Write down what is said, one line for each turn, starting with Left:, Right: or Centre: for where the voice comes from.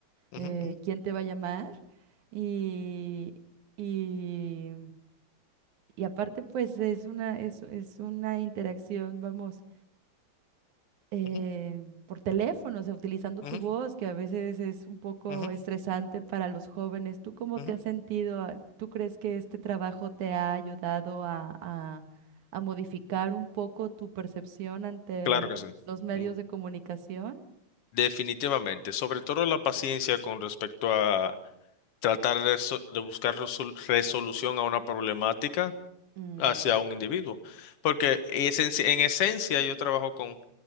Left: ujú,
Right: eh,
Left: ujú.
Right: quién te va a llamar. Y, y, y aparte, pues es una, es, es una interacción, vamos eh,
Left: Ujú,
Right: por teléfono, o sea, utilizando
Left: ujú,
Right: tu voz, que a veces es un poco
Left: ujú,
Right: estresante para los jóvenes. ¿Tú cómo
Left: ujú.
Right: te has sentido? Ah, ¿Tú crees que este trabajo te ha ayudado a, a, a modificar un poco tu percepción ante
Left: Claro que sí,
Right: los medios
Left: Mm,
Right: de comunicación?
Left: definitivamente, sobre todo la paciencia con respecto a tratar de, reso- de buscar resol- resolución a una problemática
Right: Mm,
Left: hacia un individuo, porque es en esencia yo trabajo con